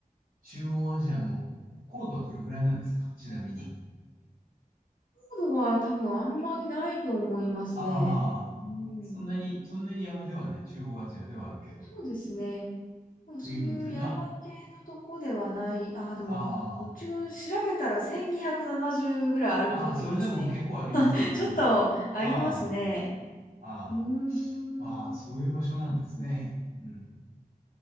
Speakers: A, on the right; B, on the left.
A: 中央アジアの高度はどれぐらいなんですかちなみに。
B: 高度は多分あんまりないと思いますね。
A: ああ、
B: うーん、
A: そんなに、そんなに山ではない。中央アジアではあるけど。
B: そうですね。でもそういう山系のとこではない、
A: ウイグルというのは、
B: ああ、でも、
A: あ
B: 一応調べたら1270ぐらいあるっぽくいですね。
A: あ、ああ、それでも結構ありますね。
B: <laughs>
A: なるほど。
B: ちょっとありますね。
A: ああ、あ
B: うーん、うん
A: あ、ああ、そういう場所なんですね。うん。